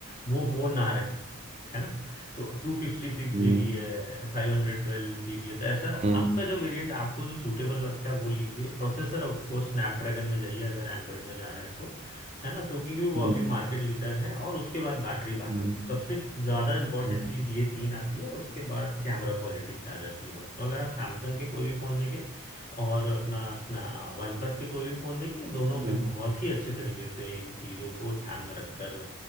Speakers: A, on the left (about 40°); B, on the right (about 30°).
A: वो वो ना रहे है ना तो टू फिफ्टी सिक्स जीबी
B: हम्म,
A: है फाइव हंड्रेड ट्वेल्व जीबी है तो ऐसा
B: हम्म, हम्म,
A: आपका
B: हम्म,
A: जो वेरिएंट आपको जो सूटेबल लगता है वो लीजिए प्रोसेसर आपको स्नैपड्रैगन में जाइए अगर एंड्रॉइड में जा रहे हैं तो है ना तो क्योंकि वो
B: हम्म,
A: अभी मार्केट लीडर है और उसके बाद बैटरी बैकअप
B: हम्म,
A: सबसे ज्यादा इंपॉर्टेंट
B: हम्म,
A: चीज ये तीन आती है और उसके बाद कैमरा क्वालिटी आ जाती है बात तो अगर आप सैमसंग के कोई भी फोन देंगे और अपना वन प्लस के कोई भी फोन देखिए दोनों
B: हम्म,
A: में बहुत ही अच्छे तरीके से इन चीजों को ध्यान में रखकर